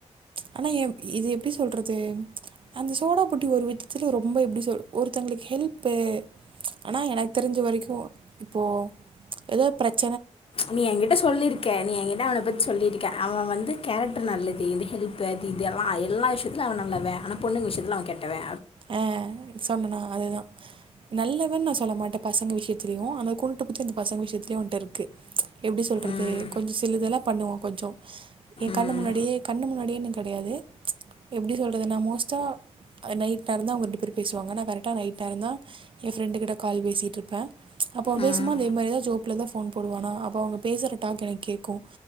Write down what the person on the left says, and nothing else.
நீ எங்கிட்ட சொல்லிருக்க நீ எங்கிட்ட அவனப் பத்தி சொல்லியிருக்க அவ வந் இந்த கேரக்டர் நல்லது இந்த ஹெல்ப் அது இது எல்லா எல்லா விஷயத்திலயு அவ நல்லவ ஆனா பொண்ணுங்க விஷயத்து அவ கேட்டவே
ம்
ம்
ம்